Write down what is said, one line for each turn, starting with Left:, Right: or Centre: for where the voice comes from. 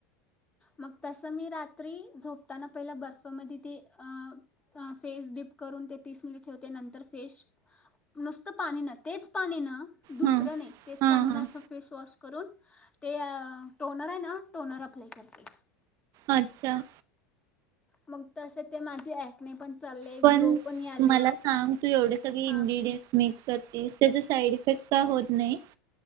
Left: मग तसं मी रात्री झोपताना पहिलं बर्फमध्ये ते अं फेस डीप करून ते तीस मिनिट ठेवते. नंतर फेश नुसतं पाणीन तेच पाणीन दुसरं
Right: हा
Left: नाय तेच
Right: हा
Left: पाणीन
Right: हा
Left: असं फेसवॉश करून ते टोनर आय ना टोनर अप्लाय करते.
Right: अच्छा.
Left: मग तसे ते माझी ऑ कने पण चालले.
Right: पण
Left: ग्लो आले
Right: मला सांग तू एवढे सगळे
Left: हां
Right: इन्ग्रेडियन्स मिक्स करतीस त्याचा साईड इफेक्ट का होत नाय?